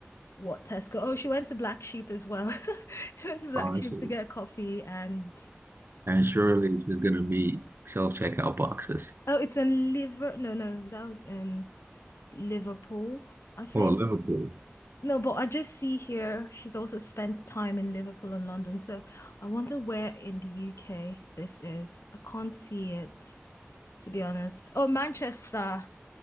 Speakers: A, on the left (about 75°); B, on the right (about 55°).
A: what Tesco. Oh, she went to Black Sheep as well. <laughs> She went to Black
B: Awesome.
A: Sheep to get a coffee and.
B: And surely she's going to meet self-checkout boxes.
A: Oh, it's in Liver. No, no, that was in Liverpool, I think.
B: Oh, Liverpool.
A: No, but I just see here she's also spent time in Liverpool and London. So I wonder where in the UK this is. I can't see it, to be honest. Oh, Manchester.